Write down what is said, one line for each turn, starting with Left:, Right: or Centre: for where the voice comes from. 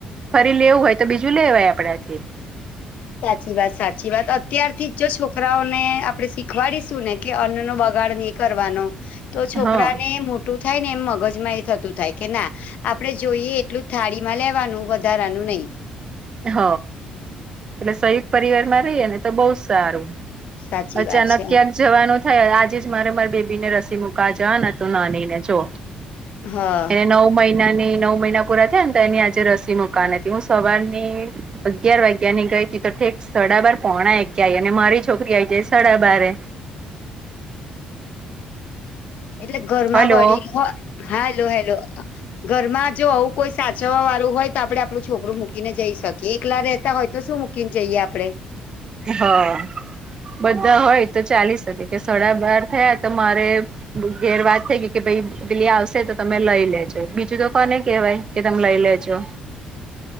Right: ફરી લેવું હોય તો બીજું લેવાય આપડાથી.
Left: સાચી વાત સાચી વાત અત્યારથી જ જો છોકરાઓને આપડે શીખવાડીશું ને. કે અન્ન નો બગાડ નહીં કરવાનો, તો છોકરાને
Right: હા
Left: મોટું થાય ને એમ મગજમાં એ થતું થાય કે ના, આપડે જોઈએ એટલું થાળી માં લેવાનું વધ ધારાનું નહી
Right: હ, એટલે સંયુક્ત પરિવારમાં રહીએ ને તો બહું સારું.
Left: સાચી
Right: અચાનક
Left: વાત છે
Right: ક્યા જવાનું થાય આજે જ મારે મારી બેબી ને રસી મુકવા જવાને હતું નાનીને જો.
Left: હા
Right: એને નવ મહિના ની નવ મહિના પૂરા થયા ને તો એની આજે રસી મુકવાની હતી હું સવારની અગિયાર વાગ્યાની ગઈ હતી તો ઠેક સડાબાર પોણા એકે આવી અને મારી છોકરી આ જે સાડા બારે.
Left: એટલે ઘરમાં
Right: હલો
Left: વડીલ હો હા હેલો હેલો ઘરમાં જો આવું કોઈ સાચ જોવા વાળું હોય તો આપડે આપડું છોકરું મૂકીને જઈ એકલા રહેતા હોય શું મૂકીને જઈએ આપડે.
Right: હા, બધા હોય તો ચાલી શકે કે સડા બાર થયા તો મારે ઘેર વાત થઈ ગય કે ભઈ પેલી આવશે તો તમે લઈ લેજો બીજું તો કોને કહેવાય. કે તમે લઈ લેજો.